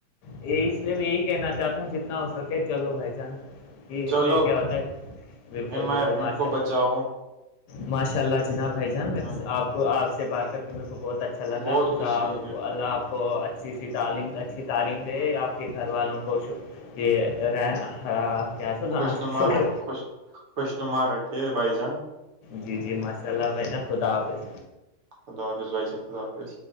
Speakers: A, on the left (about 85°); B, on the right (about 50°).
A: یہ اس لیے میں یہی کہنا چاہتا ہوں جتنا ہو سکے چلو بھائی جان کہ اس
B: چلو
A: سے کیا ہوتا ہے بالکل
B: انوائرمنٹ
A: بالکل ماشال
B: کو بچاؤ
A: ماشاء اللہ جناب بھائی جان میں
B: ہاں
A: آپ کو آپ سے بات کر کے میرے کو بہت اچھا اچھا لگا
B: بہت
A: خدا
B: خوشی
A: آ
B: ہوئی بالکل
A: اللہ آپ کو اچھی سی تعلیم اچھی تعلیم دے
B: ہاں،
A: آپ کے گھر والوں کو ش رہ کیا
B: خوش نمار
A: شکر
B: رکھ خوش خوش ن مار رکھے بائی جان
A: جی جی ماشاء اللہ بھائی ن خدا حافظ
B: خداظ بھائیاحب خدا حافظ